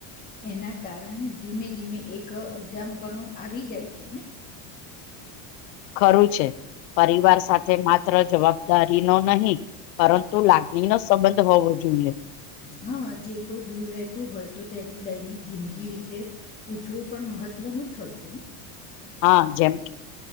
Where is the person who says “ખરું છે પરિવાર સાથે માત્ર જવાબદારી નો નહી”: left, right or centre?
Left